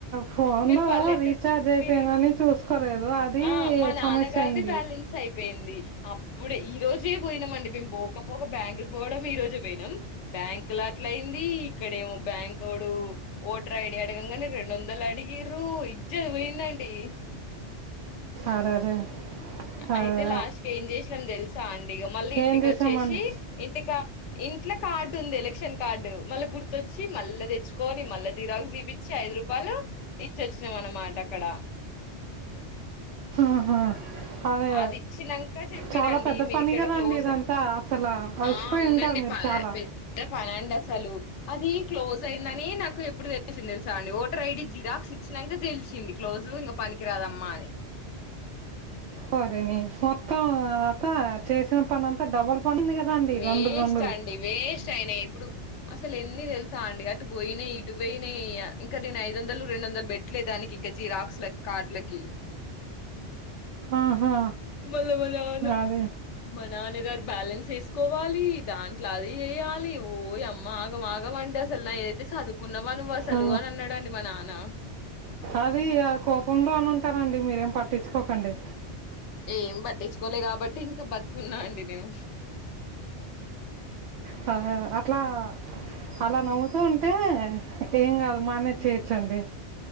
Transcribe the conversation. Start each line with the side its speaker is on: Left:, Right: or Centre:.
Right: ఫోన్
Left: మీరు
Right: లో
Left: పల్లెటూ
Right: రీచార్జ్ అయిపోయింది
Left: మీరేమన్నా
Right: అని చూసుకోలేదు అది
Left: ఆ మా నాన్నగారిది
Right: సమస్య అయింది
Left: బ్యాలెన్స్ అయి పోయింది అప్పుడే ఈ రోజే పోయినమ్ అండి మేము పోకపోక బ్యాంకు కు పోవడం ఈ రోజే వెయినాం బ్యాంకు ల అట్ల అయింది ఇక్కడేమో బ్యాంకోడు ఓటర్ ఐడి అడగంగానే రెండు వందలు అడిగిర్రు ఇజ్జతి పోయింది అండి
Right: అరేరే అదే
Left: అయితే లాస్ట్ కి ఏం చేసినాం తెలుసు తాను ఇగ మళ్ళీ ఇంటికి
Right: ఏం చేసామండి
Left: వచ్చేసి ఇంటికా ఇంట్ల కార్డు ఉంది ఎలక్షన్ కార్డు మళ్ళీ గుర్తొచ్చి మళ్ళా తెచ్చుకొని మళ్ళా జిరాక్స్ తీపించి ఐదు రూపాయలు ఇచ్చొచ్చినాం అన్నమాట అక్కడ
Right: ఆహా అదే
Left: అది ఇచ్చినంక చెప్పిరండి
Right: చాలా పెద్ద
Left: మీది
Right: పని
Left: ఇక్కడ
Right: గదా
Left: క్లోజ్
Right: అండి ఇదంతా అసలు అలసిపోయి
Left: ఆ అవునండి
Right: ఉంటారు మీరు
Left: ప
Right: చాలా
Left: పెద్ద పనండి అసలు అది క్లోజ్ అయిందని నాకు ఎప్పుడు తెలిసింది తెలుసా అండి ఓటర్ ఐడి జిరాక్స్ ఇచ్చినంక తెలిసింది క్లోజ్ ఇంగ పనికిరాదమ్మా అని
Right: పని మత్త మొత్తం అత్త చేసిన పని అంతా డబల్ పని ఉంది కదండి
Left: వెస్ట్
Right: రెండు రెండు
Left: అండి వెస్ట్ అయినాయి ఇప్పుడు అసలు ఎన్ని తెలుసా అండి అటు పోయినాయ్ ఇటు పోయినాయ్ ఇంకా నేను ఐదు వందలు రెండు వందలు బెట్టలే దానికి ఇంకా జిరాక్స్ లకు కార్డ్ లకి
Right: ఆహా
Left: మళ్ళా మళ్ళా ఆన
Right: అదే
Left: మత్ నాన్నగారు బ్యాలెన్స్ వేసుకోవాలి దాంట్లో అది చేయాలి ఓయమ్మ ఆగం ఆగం అండి అసలు నాయ్ అయితే చదువుకున్నవా నువ్వు అసలు
Right: ఆ,
Left: అని అన్నాడండి మా నాన్న
Right: అది ఆ కోపంలో అనును అంటారండి మీరేం పట్టించుకోకండి
Left: ఏం పట్టించుకోలే కాబట్టి ఇంకా బతుకున్నా అండి నేను
Right: హ హ అట్లా అలా నవ్వుతూ ఉంటే ఏం కాదు మానేజ్ చేయచ్చు అండి